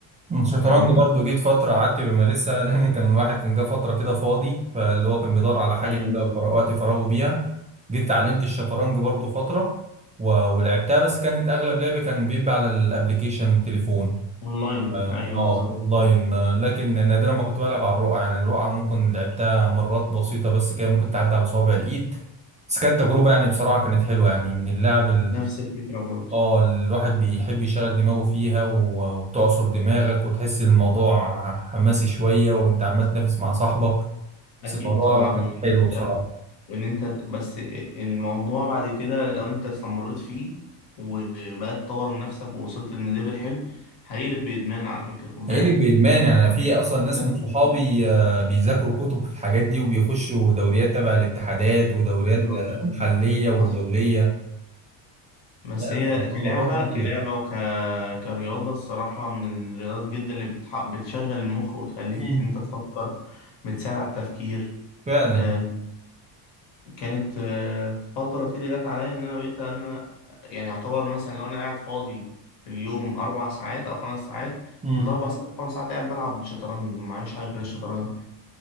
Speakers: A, on the right; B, on the left.
A: الشطرنج
B: فاهمني؟
A: برضه جيت فترة قعدت بمارسها <laughs> لأن كان الواحد كان جه فترة كده فاضي فاللي هو كان بيدور على حاجة
B: ايوه
A: يملى
B: بالظبط
A: فراغ- وقت فراغه بيها جيت اتعلمت الشطرنج برضه فترة و... ولعبتها بس كانت أغلب لعبي كان بيبقى على الأبليكيشن التليفون
B: اونلاين
A: آه
B: ايوه
A: آه،
B: بالظبط
A: أونلاين آه، لكن نادرا ما كنت بلعب على الرقعة يعني الرقعة ممكن لعبتها مرات بسيطة بس كده ممكن تعدي على صوابع الإيد بس كانت تجربة يعني بصراحة كانت حلوة يعني من اللعب
B: نفس الفكره برضه
A: اه الواحد بيحب يشغل دماغه فيها و- وبتعصر دماغك وتحس الموضوع حماسي شوية وانت عمال تنافس مع صاحبك
B: اكيد
A: بس الموضوع
B: طبعا
A: كان
B: وان
A: حلو
B: انت
A: بصراحة
B: وان انت بس الموضوع بعد كده لو انت استمريت فيه وبقى تطور من نفسك ووصلت لليفل حلو هيقلب بادمان على فكره خد بالك
A: قالب بإدمان يعني في أصلا ناس
B: في ناس
A: من
B: كتير
A: صحابي آه، بيذاكروا كتب في الحاجات دي وبيخشوا دوريات تبع الاتحادات ودوريات
B: ايوه
A: آه،
B: فاهم
A: محلية ودولية
B: حصل بس
A: لا الموضوع
B: هي كلعبه
A: الموضوع كبير
B: كلعبه وك كرياضه الصراحه من الرياضات جدا اللي بتح... بتشغل المخ وتخليك
A: مم.
B: انت تفكر بتساعد على التفكير
A: فعلا
B: آه، كانت آه، فترة كده جت عليا إن أنا بقيت إن أنا يعني أعتبر مثلا لو أنا قاعد فاضي في اليوم أربع ساعات أو خمس ساعات
A: مم.
B: الأربع ساعات أو خمس ساعات قاعد بلعب شطرنج معيش حاجة غير الشطرنج